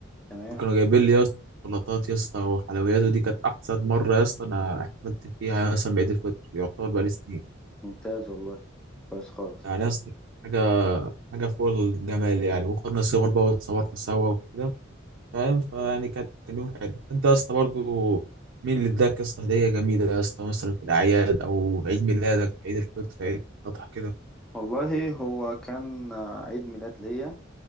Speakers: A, in the centre; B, on the right (about 70°).
A: تمام
B: وكانوا جايبين لي يا اسطى شوكولاتات يا اسطى وحلويات ودي كانت احسن مره يا اسطى انا احتفلت فيها يعني مثلا بعيد الفطر يعتبر بقالي سنين
A: ممتاز والله كويس خالص
B: يعني يا اسطى حاجه حاجه فوق الجمال يعني وخدنا صور بقى واتصورنا سوا وكده فاهم فيعني كانت كان يوم حلو انت يا اسطى برضه مين اللي اداك يا اسطى هديه جميله يا اسطى مثلا في الاعياد او عيد ميلادك عيد الفطر عيد الاضحى كده
A: والله هو كان آه، عيد ميلاد ليا